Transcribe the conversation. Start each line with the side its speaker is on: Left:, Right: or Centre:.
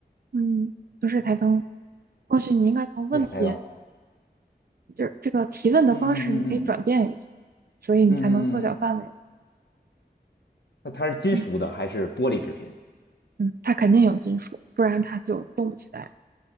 Right: 嗯，不是台灯。或许你应该从问题，
Left: 台灯。
Right: 就是这个提问的方式，
Left: 嗯嗯嗯嗯嗯
Right: 你可以转变一下，所以你才能缩小范围。
Left: 嗯嗯嗯，那它是金属的还是玻璃制品？
Right: 嗯嗯，它肯定有金属，不然它就动不起来，